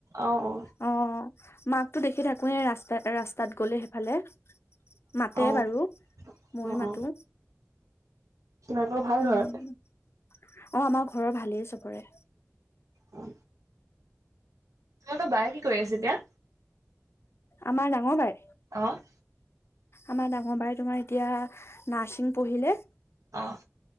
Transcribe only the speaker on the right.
অ অ।
অ অ অ
অ তোমালোকৰ ভাল
ঘৰত
উ। তোমোকৰ বাইয়ে কি কৰি আছে এতিয়া।
অ'।
অ'।